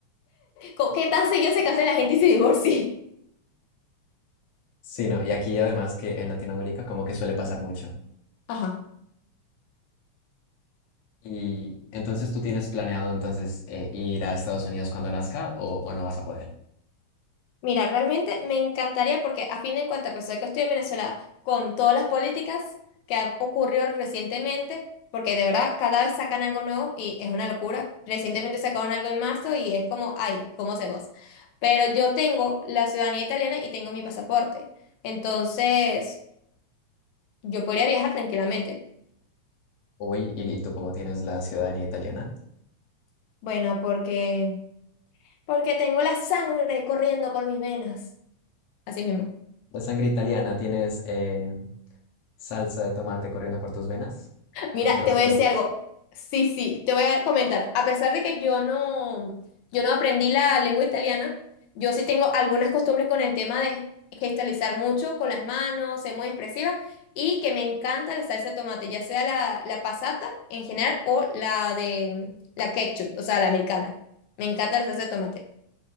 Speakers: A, on the left; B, on the left.
A: co- qué tan seguido se case la gente y se divorcie.
B: Sí, no, y aquí además que en Latinoamérica como que suele pasar mucho.
A: Ajá.
B: Y entonces tú tienes planeado entonces eh, ir a Estados Unidos cuando nazca o, o no vas a poder.
A: Mira, realmente me encantaría porque a fin de cuentas, a pesar de que estoy en Venezuela, con todas las políticas que han ocurrido recientemente, porque de verdad cada vez sacan algo nuevo y es una locura. Recientemente sacaron algo en marzo y es como, ay, ¿cómo hacemos? Pero yo tengo la ciudadanía italiana y tengo mi pasaporte. Entonces, yo podría viajar tranquilamente.
B: Uy, y, y tú cómo tienes la ciudadanía italiana,
A: Bueno, porque, porque tengo la sangre corriendo por mis venas. Así mismo.
B: la sangre italiana, tienes eh, salsa de tomate corriendo por tus venas
A: Mira,
B: con trozos
A: te voy a
B: de
A: decir
B: pizza.
A: algo. Sí, sí, te voy a comentar. A pesar de que yo no, yo no aprendí la lengua italiana, yo sí tengo algunas costumbres con el tema de gestualizar mucho con las manos, ser muy expresiva y que me encanta la salsa de tomate, ya sea la, la passata en general o la de la ketchup, o sea, la americana. Me encanta la salsa de tomate.